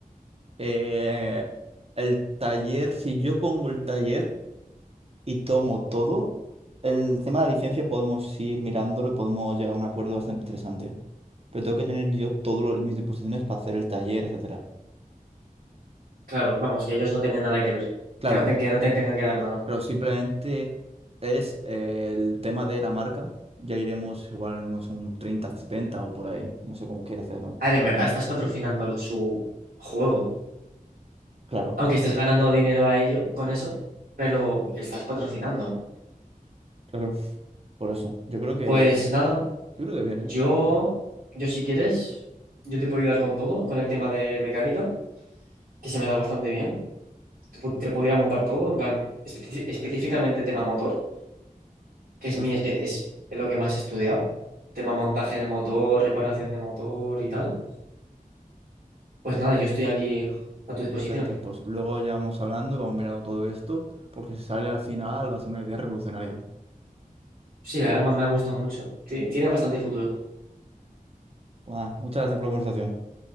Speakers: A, on the right; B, on the right.
A: eh, el taller, si yo pongo el taller y tomo todo. El tema de la licencia podemos ir mirándolo y podemos llegar a un acuerdo bastante interesante. Pero tengo que tener yo todas mis disposiciones para hacer el taller, etcétera.
B: claro, vamos, que ellos no tengan nada que ver,
A: Claro,
B: que no, te, que no te tengan que dar nada.
A: pero simplemente es eh, el tema de la marca. Ya iremos igual unos un 30, 70 o por ahí. No sé cómo quiere hacerlo.
B: A ver, en verdad estás patrocinándolo su juego,
A: Claro,
B: aunque estés ganando dinero a ello con eso, pero estás patrocinando.
A: claro. Por eso. Yo creo que.
B: Pues nada,
A: Yo creo que bien.
B: yo, yo si quieres, yo te puedo ayudar con todo, con el tema de mecánica, que se me da bastante bien. te, pu- te pudiera montar todo, en plan, espe- específicamente tema motor, que es
A: Perfecto.
B: mi espe- es lo que más he estudiado, tema montaje de motor, reparación de motor y tal. Pues nada, yo estoy aquí a tu disposición.
A: Perfecto. Pues luego ya vamos hablando, vamos mirando todo esto, porque si sale al final va a ser una idea revolucionaria.
B: Sí, además me ha gustado mucho. Ti- Tiene bastante futuro.
A: Buah, muchas gracias por la conversación.